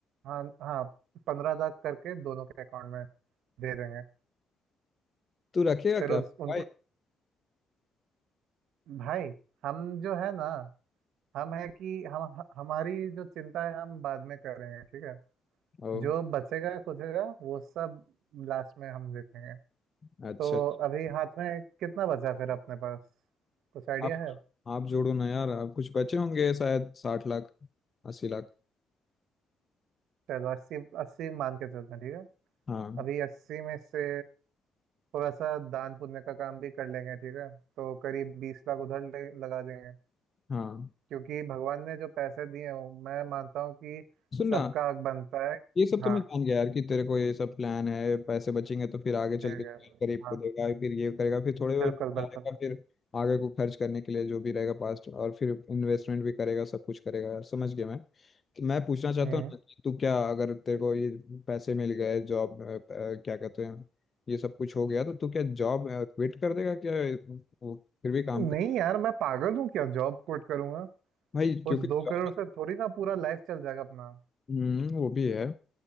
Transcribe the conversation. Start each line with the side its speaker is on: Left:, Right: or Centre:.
Right: हाँ हाँ पंद्रह लाख करके दोनों के अकाउंट में दे देंगे
Left: तू रखेगा
Right: फिर
Left: क्या
Right: उस,
Left: भाई
Right: उनको भाई हम जो है ना हम है कि हम हमारी जो चिंता है हम बाद में करेंगे ठीक है
Left: ओ
Right: जो बचेगा कुछेगा वो सब लास्ट में हम देखेंगे
Left: अच्छा
Right: तो अभी हाथ में कितना बचा फिर अपने पास कुछ आइडिया
Left: आप
Right: है
Left: आप जोड़ो ना यार आप कुछ बचे होंगे शायद साठ लाख अस्सी लाख
Right: चलो अस्सी अस्सी मान के चलते हैं ठीक है
Left: हाँ
Right: अभी अस्सी में से थोड़ा सा दान पुण्य का काम भी कर लेंगे ठीक है तो करीब बीस लाख उधर ले- लगा देंगे
Left: हाँ
Right: क्योंकि भगवान ने जो पैसे दिए हों मैं मानता हूँ कि
Left: सुनना
Right: सबका हक बनता है
Left: ये सब
Right: हाँ
Left: तो मैं जान गया यार कि तेरे को ये सब प्लान है पैसे बचेंगे तो फिर आगे चल
Right: ठीक
Left: के
Right: है
Left: गरीब
Right: हाँ
Left: को देगा फिर ये करेगा फिर थोड़े बहुत
Right: बिल्कुल
Left: जाएगा
Right: बिल्कुल
Left: फिर आगे को खर्च करने के लिए जो भी रहेगा पास्ट और फिर इन्वेस्टमेंट भी करेगा सब कुछ करेगा यार समझ गया मैं तो मैं पूछना चाहता
Right: हम्म
Left: हूँ ना कि तू क्या अगर तेरे को ये पैसे मिल गए जॉब क्या कहते हैं ये सब कुछ हो गया तो तू क्या जॉब क्विट कर देगा क्या वो फिर भी काम
Right: नहीं यार मैं पागल हूँ क्या जॉब कोट करूंगा
Left: भाई क्योंकि
Right: उस दो
Left: job
Right: करोड़
Left: में-
Right: से थोड़ी ना पूरा लाइफ चल जाएगा अपना
Left: हम्म वो भी है